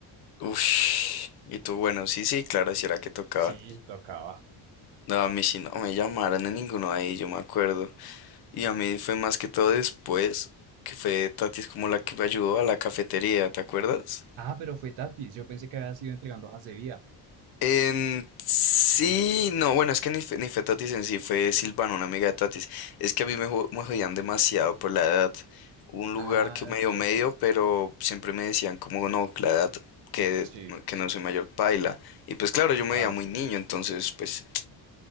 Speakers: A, on the left (about 55°); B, on the right (about 85°).
A: Ush, y tú, bueno, sí, sí, claro, si era que tocaba.
B: Sí, tocaba.
A: No, a mí sí no me llamaron en ninguno de ahí, yo me acuerdo. Y a mí fue más que todo después, que fue Tati es como la que me ayudó a la cafetería, ¿te acuerdas?
B: Ah, pero fue Tatis. Yo pensé que había sido entregando hojas de vida.
A: En sí, no, bueno, es que ni fue, ni fue Tatis en sí, fue Silvana, una amiga de Tatis. Es que a mí me, jo- me jodían demasiado por la edad. Hubo Un
B: Ah,
A: lugar que medio
B: cierto.
A: medio, pero siempre me decían como no, la edad que,
B: Sí,
A: que no soy mayor paila. Y pues claro, yo
B: claro.
A: me veía muy niño, entonces pues